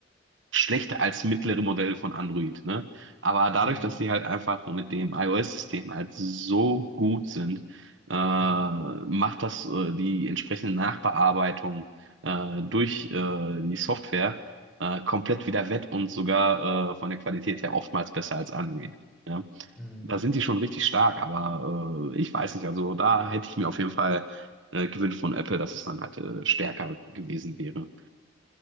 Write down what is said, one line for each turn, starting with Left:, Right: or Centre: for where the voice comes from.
Right: schlechter als mittlere Modell von Android, ne? Aber dadurch,
Centre: hm.
Right: dass sie halt einfach mit dem iOS-System halt so gut sind, äh, macht
Centre: Ja.
Right: das äh, die entsprechende Nachbearbeitung äh, durch äh, die Software äh, komplett wieder wett und sogar äh, von der Qualität her oftmals besser als Android. Ja?
Centre: Hm.
Right: Da sind die schon richtig stark, aber äh, ich weiß nicht, also da hätte ich mir auf jeden Fall äh, gewünscht von Apple, dass es dann halt äh, stärker gewesen wäre.